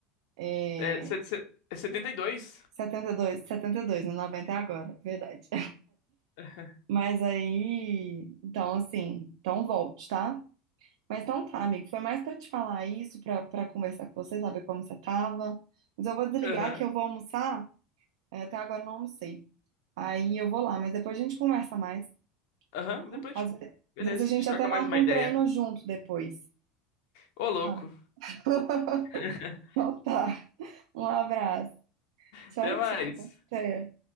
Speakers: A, on the right; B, on the left.
A: é,
B: É, se- se- é 72?
A: 72, 72, né, 90 é agora, verdade.
B: Aham.
A: Mas aí, então assim, então volte, tá? Mas então tá, amigo, foi mais pra te falar isso, pra para conversar com você, saber como você tava. Mas eu vou desligar
B: <laughs> Aham.
A: que eu vou almoçar. É, até agora eu não almocei. Aí eu vou lá, mas depois a gente conversa mais, tá
B: Aham.
A: bom?
B: Depois
A: Às
B: a gente...
A: ve-
B: Beleza.
A: às vezes, a gente
B: A gente troca
A: até marca
B: mais uma
A: um
B: ideia.
A: treino junto depois.
B: Ô, louco.
A: Tá. <laughs>
B: <laughs>
A: Então tá. Um abraço. Tchau,
B: Até mais.
A: tchau. Até.